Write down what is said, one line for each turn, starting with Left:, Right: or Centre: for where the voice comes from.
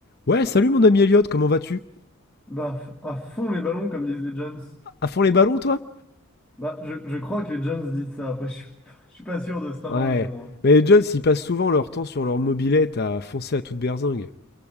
Left: Ouais, salut mon ami Elliot, comment vas-tu?
Centre: Bah, f- à fond les ballons, comme disent les Jones.
Left: À fond les ballons, toi?
Centre: Bah, je, je crois que les Jones disent ça. Après, je suis, <laughs> je suis pas sûr de cette information.
Left: Ouais.
Centre: hein.
Left: Mais les Jones, ils passent souvent leur temps sur leur mobilette à foncer à toute berzingue.